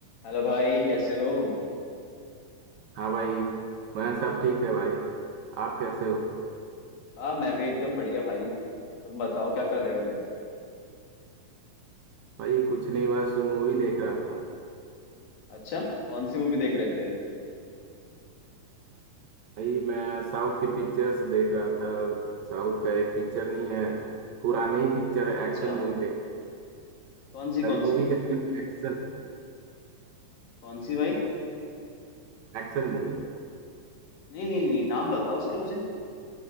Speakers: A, on the left; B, on the right.
A: हेलो भाई कैसे हो
B: हाँ भाई मैं सब ठीक है भाई आप कैसे हो
A: हाँ मैं भी एकदम बढ़िया भाई तुम बताओ क्या कर रहे हो अभी
B: भाई कुछ नहीं बस मूवी देख रहा था
A: अच्छा कौन सी मूवी देख रहे थे
B: भाई मैं साउथ की पिक्चर्स देख रहा था साउथ का एक पिक्चर नहीं है पुरानी ही पिक्चर
A: कौन
B: है एक्शन
A: सा
B: मूवी देख
A: कौन सी कौन
B: मूवी
A: सी
B: का नेम एक्शन
A: कौन सी भाई
B: Action movie
A: नहीं नहीं नहीं नाम बताओ उसका मुझे